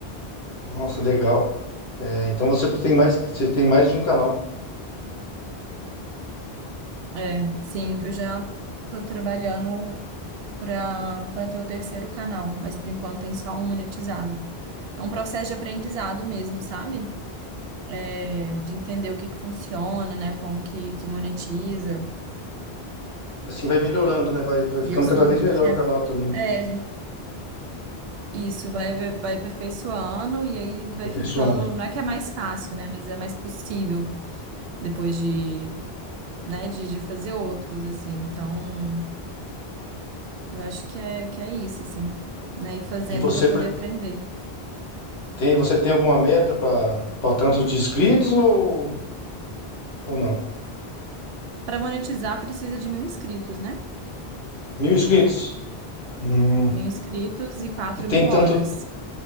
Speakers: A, on the left; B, on the right.
A: Nossa, legal. É, então você tem mais, você tem mais de um canal.
B: É, sim, eu já estou trabalhando para para ter o terceiro canal, mas por enquanto tem só um monetizado. É um processo de aprendizado mesmo, sabe? é, de entender o que que funciona, né? Como que, que monetiza.
A: Assim vai melhorando, né? Vai, vai
B: E
A: ficando
B: eu sinto
A: cada vez melhor
B: que é,
A: o canal também,
B: é,
A: né?
B: a gente- isso vai, vai aperfeiçoando e aí vai
A: Aperfeiçoando.
B: ficando. Não é que é mais fácil, né? Mas é mais possível depois de, né? De, de fazer outros, assim. Então, eu acho que é, que é isso, assim, né? Ir fazendo
A: E você
B: para poder
A: pre-
B: aprender.
A: tem, você tem alguma meta para tanto de inscritos ou, ou não?
B: Para monetizar, precisa de mil inscritos, né?
A: Mil inscritos? Hum,
B: Mil inscritos e quatro
A: e tem
B: mil
A: tanto,
B: horas.